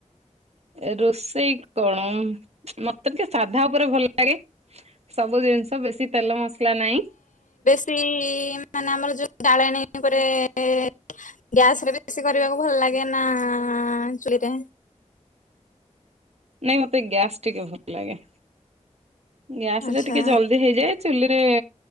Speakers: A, on the right; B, on the left.
A: ଏ ରୋଷେଇ କଣ ଉଁ ମତେ ଟିକେ ସାଧା ଉପରେ ଭଲ ଲାଗେ। ସବୁ ଜିନିଷ ବେଶି ତେଲ ମସଲା ନାଇଁ।
B: ସେଇ ମାନେ ଆମର ଯୋଉ ଡାଳେଣୀ ଉପରେ ଏ ଗ୍ୟାସରେ ବେଶୀ କରିବାକୁ ଭଲ ଲାଗେ ନା ଚୁଲିରେ।
A: ନାଇଁ ମତେ ଗ୍ୟାସ୍ ଟିକେ ଭଲ ଲାଗେ। ଗ୍ୟାସରେ
B: ଆଚ୍ଛା
A: ଟିକେ ଜଲଦି ହେଇଯାଏ ଚୁଲିରେ